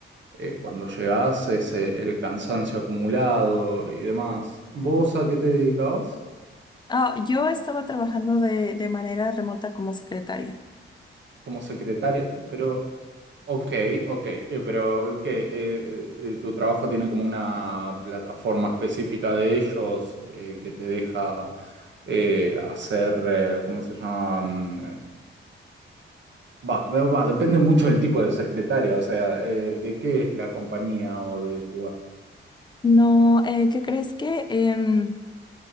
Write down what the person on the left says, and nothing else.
Ah, yo estaba trabajando de, de manera remota como secretaria.
No, eh, ¿qué crees que? em,